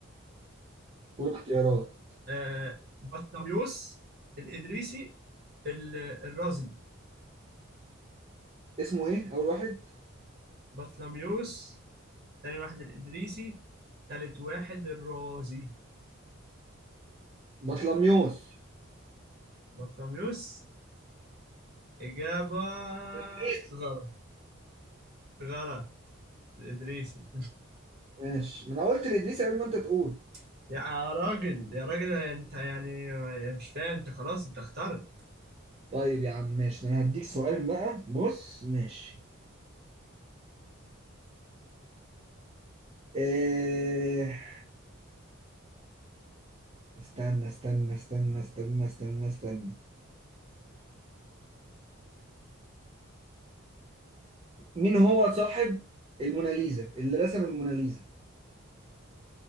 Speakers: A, on the right; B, on the right.
A: قول اختيارات
B: آه، بطليموس الإدريسي ال- الرازي
A: اسمه ايه اول واحد
B: بطليموس تاني واحد الإدريسي تالت واحد الرازي
A: بطلميوس
B: بطليموس إجابة
A: إدريس.
B: غلط غلط الإدريسي
A: ماشي ما انا قلت لادريس قبل ما انت تقول
B: <laughs> يا راجل يا راجل أنت يعني مش فاهم أنت خلاص أنت اخترت
A: طيب يا عم ماشي ده انا هديك سؤال بقى بص ماشي إيه... استنى استنى استنى استنى استنى استنى مين هو صاحب الموناليزا اللي رسم الموناليزا